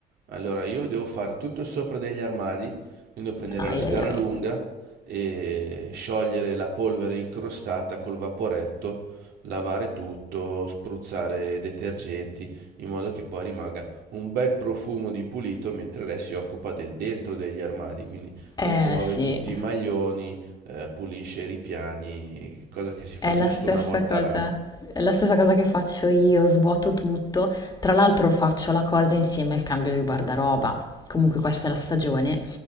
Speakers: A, on the right; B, on the left.
A: Allora, io devo fare tutto sopra degli armadi, quindi devo prendere
B: Ai
A: la scala
B: ai ai.
A: lunga e sciogliere la polvere incrostata col vaporetto, lavare tutto, spruzzare detergenti, in modo che poi rimanga un bel profumo di pulito, mentre lei si occupa del dentro degli armadi, quindi
B: Eh
A: rimuove
B: sì,
A: tutti i maglioni, eh, pulisce i ripiani, cosa che si fa
B: è
A: giusto
B: la stessa
A: una volta
B: cosa,
A: all'anno.
B: è la stessa cosa che faccio io, svuoto tutto. Tra l'altro faccio la cosa insieme al cambio di guardaroba. Comunque questa è la stagione.